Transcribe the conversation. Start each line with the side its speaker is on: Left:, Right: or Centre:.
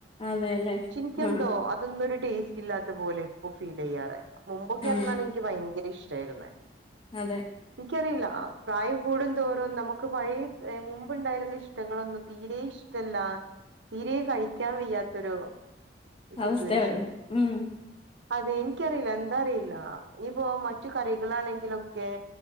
Left: അതെല്ലേ
Right: ചിൻക്കെന്തോ
Left: ആഹ്
Right: അതൊന്നൊരു ടേസ്റ്റ്ല്ലാത്ത പോലെ ഇപ്പോ ഫീലിയ്യാറ് മുമ്പൊക്കെയാർന്നാല്
Left: ആഹ്
Right: എനിക്ക് ഭയങ്കര ഇഷ് ചേരുന്നെ
Left: അതെ
Right: എനിക്കറിയില്ല പ്രായം കൂടുന്തോറും നമുക്ക് പഴയ മുമ്പുണ്ടായിരുന്ന ഇഷ്ടങ്ങളൊന്നും തീരെ ഇഷ്ടല്ല തീരെ കഴിക്കാൻ വയ്യാത്തൊരു
Left: അവസ്ഥ
Right: സിറ്റുവേഷന്
Left: വരും ഉം
Right: അതെ എനിക്കറിയില്ല എന്താ അറിയില്ല ഇനി പ്പോ മറ്റ് കറികളാണെങ്കിലൊക്കെ